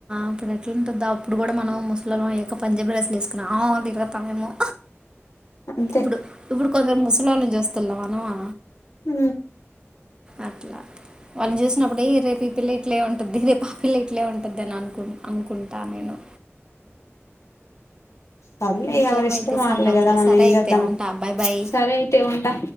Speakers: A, on the right; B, on the left.
A: అప్పుడు ఎట్లాంటందా అప్పుడు కూడా మనం ఇల ఏక పంజాబి డ్రెస్లు వేసుకున్నా ఆవు అగ తమయమో
B: అంతే
A: ఇప్పుడు ఇప్పుడు కొందరు ముస్లిం లో నుంచి వస్తున్నావానవా
B: ఉ
A: అట్లా వాళ్ళని చూసినప్పుడు రేపు ఈ పిల్ల ఇట్లే ఉంటది రేపు ఆ పిల్ల ఇట్లే ఉంటది అని అనుకు అనుకుంటా నేను
B: సర్లేఎవరి
A: ఇంకేమైతే
B: ఇష్టం వాళ్ళు
A: సంగతులు
B: కదా మనం
A: సరే
B: ఏం
A: అయితే
B: చేద్దాము
A: ఉంటా బాయ్ బాయ్
B: సరే అయితే ఉంటా